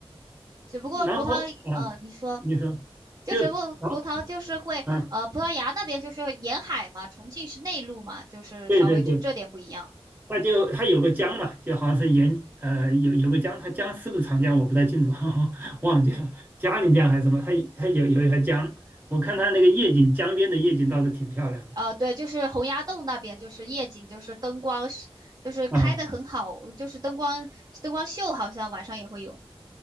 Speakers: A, on the right (about 40°); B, on the right (about 20°).
A: 只不过葡萄，
B: 然后啊，
A: 呃，你说，
B: 你说就然后
A: 就只不过葡萄就是会，
B: 啊，
A: 呃，葡萄牙那边就是沿海嘛，重庆是内陆嘛，就是稍微就这点不一样。
B: 对对对，他就他有个江嘛，就好像是沿呃有有个江，它江是不是长江我不太清楚，<laughs> 忘记了，嘉陵江还是什么，它它有有一条江，我看它那个夜景，江边的夜景倒是挺漂亮的
A: 呃，对，就是洪崖洞那边，就是夜景，就是灯光是，就是开的很好，
B: 啊。
A: 就是灯光灯光秀，好像晚上也会有。